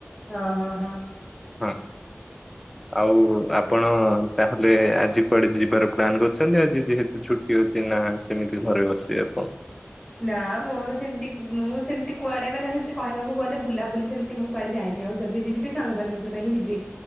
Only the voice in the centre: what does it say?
ହଁ ଆଉ ଆପଣ, ତାହେଲେ ଆଜି କୁଆଡେ ଯିବାର ପ୍ଲାନ୍ କରୁଛନ୍ତି ଆଜି ଯେହେତୁ ଛୁଟି ଅଛି ନା ସେମିତି ଘରେ ବସିବେ ଆପଣ?